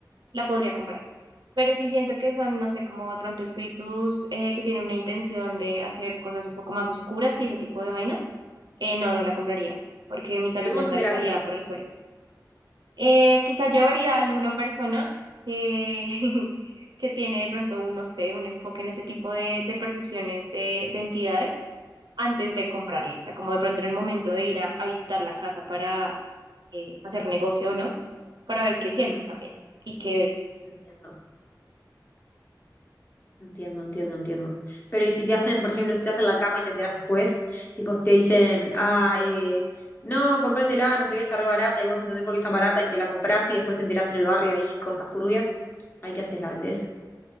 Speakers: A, on the right (about 85°); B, on the left (about 30°).
A: la podría comprar. Pero sí siento que son, no sé, como de pronto espíritus eh, que tienen una intención de hacer cosas un poco más oscuras y ese tipo de vainas. eh, no, no la compraría, porque mi salud
B: ¿Pero
A: mental
B: ¿Cómo te enteras
A: estaría
B: de eso?
A: por el suelo. Eh, quizá llevaría a alguna persona que, <laughs> que tiene de pronto un, no sé, un enfoque en ese tipo de, de percepciones de, de entidades antes de comprarlo. O sea, como de pronto en el momento de ir a, a visitar la casa para eh, hacer negocio o no, para ver qué siente
B: Mm,
A: también y qué ve.
B: entiendo, entiendo, entiendo, entiendo. Pero y si te hacen, por ejemplo, si te hacen la cama y te enteras después, tipo si te dicen, ah, eh, no, cómpratela, no sé qué, está re barata y vos no entendés por qué está barata y te la comprás y después te enterás en el barrio ahí cosas turbias, ahí qué haces, la vendés.